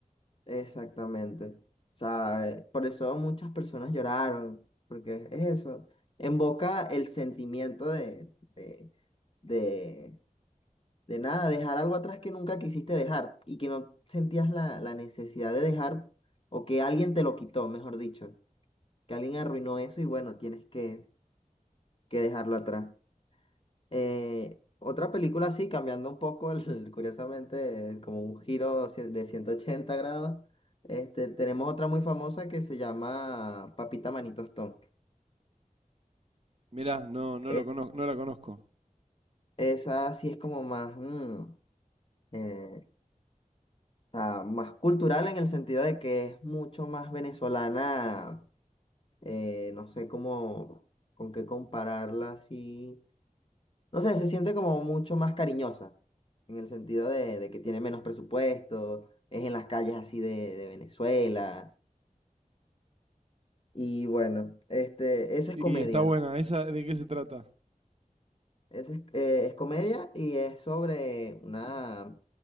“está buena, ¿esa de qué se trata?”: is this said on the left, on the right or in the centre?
Right